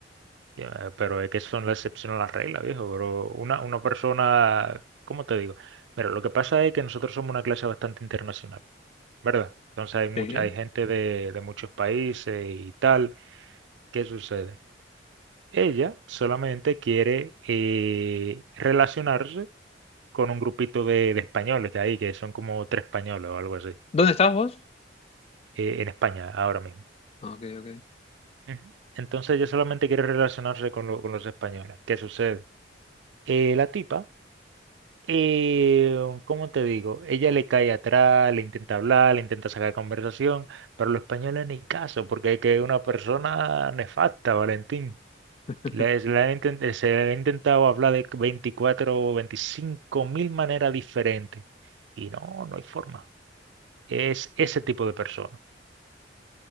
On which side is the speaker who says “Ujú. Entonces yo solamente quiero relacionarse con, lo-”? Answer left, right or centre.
Right